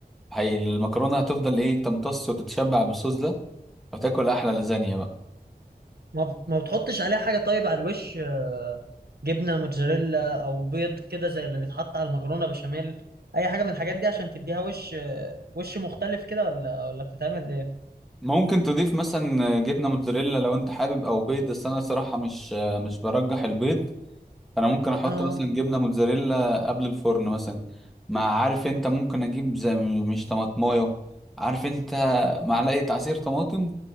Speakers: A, in the centre; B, on the right (about 70°).
A: هي المكرونة هتفضل إيه تمتص وتتشبع بالصوص ده وتاكل أحلى لازانيا بقى
B: ما ما بتحطش عليها حاجه طيب على الوش آه، جبنه موتزاريلا او بيض كده زي اللي بيتحط على المكرونه بشاميل اي حاجه من الحاجات دي عشان تديها وش آه، وش مختلف كده ولا ولا بتتعمل ايه
A: ممكن تضيف مثلا جبنه موتزاريلا لو انت حابب او بيض بس انا صراحه مش مش برجح البيض فانا ممكن احط
B: اه
A: مثلا جبنه موتزاريلا قبل الفرن مثلا مع عارف انت ممكن اجيب زي مش طماطمايه عارف انت معلقه عصير طماطم